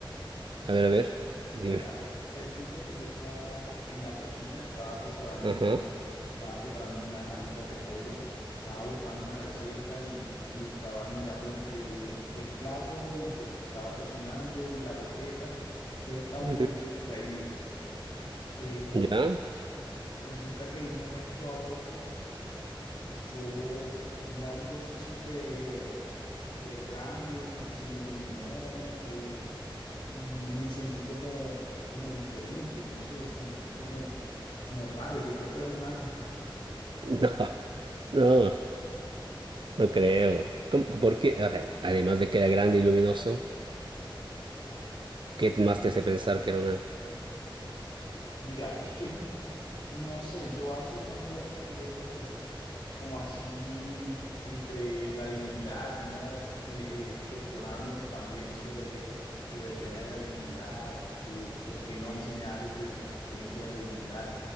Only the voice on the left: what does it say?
Mira, re- resulta que yo estaba en la cocina, estaba preparándome,
estaba preparándome unas alitas de pollo, estaba buscando una receta y, y estaba mirando entre el plato y lo que estaba cocinando y la receta, entonces estaba
un poquito distraído, pero
resulta que de un momento a otro Yo vi algo así súper, súper grande, se me iluminó eh, y me sentí como, como diferente, no sé, sentí como, como raro, yo creo que era un ángel.
Mm,
Mira, es que, no sé, yo hace unos días estuve como, como así entre la divinidad y no de- eh, cuestionándome también sobre, sobre el tema de la divinidad, que por qué no hay señales de la existencia de la divinidad.